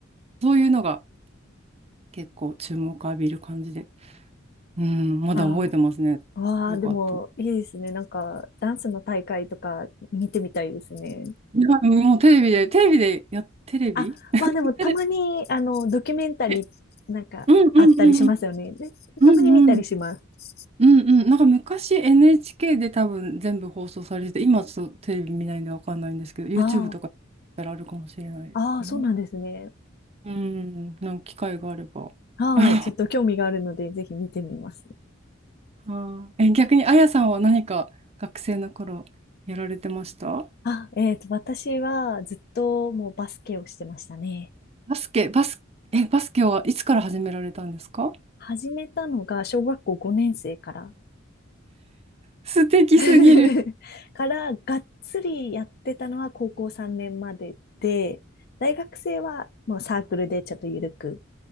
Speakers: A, on the right; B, on the left.
A: そういうのが結構注目を浴びる感じで、うん、まだ覚えてますね。
B: ああ、わあ、
A: よかった。
B: でもいいですね。
A: い
B: なんか、ダンスの大会とか見てみたいですね。
A: やもうテレビで、テレビで、や、テレビ
B: あ、まあでもたまに、
A: テレ
B: あの、ドキュメンタリーなんかあったりしますよね。
A: ビ、うんうんうん
B: でたまに見たりします。
A: うんうんうん。うんうん。なんか昔 NHK で多分全部放送されてて、今ちょっとテレビ見ないんでわかんないんですけど、YouTube
B: あ
A: とかだったらあるかもしれないかな。
B: あ、ああ、そうなんですね。
A: うん、なんか機会があれば。
B: はい。
A: <laughs>
B: ちょっと興味があるので、ぜひ見てみます。
A: あーえ、逆にあやさんは何か学生の頃やられてました
B: あ、えっと、私はずっともうバスケをしてましたね。
A: バスケ、バス、え、バスケはいつから始められたんですか
B: 始めたのが小学校5年生から
A: 素敵すぎる。
B: <laughs> からがっつりやってたのは高校3年までで、大学生はもうサークルでちょっとゆるく